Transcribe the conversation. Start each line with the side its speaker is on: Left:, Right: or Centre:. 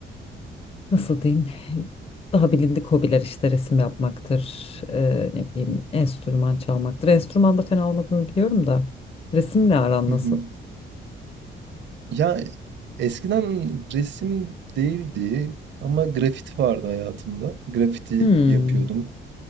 Left: nasıl diyeyim daha bilindik hobiler işte resim yapmaktır e, ne diyeyim enstrüman çalmaktır enstrüman da fena olmadığını biliyorum da resimle aran
Right: Hı
Left: nasıl?
Right: hı. Ya eskiden resim değildi ama grafit vardı hayatımda. Grafiti
Left: Hmm.
Right: yapıyordum.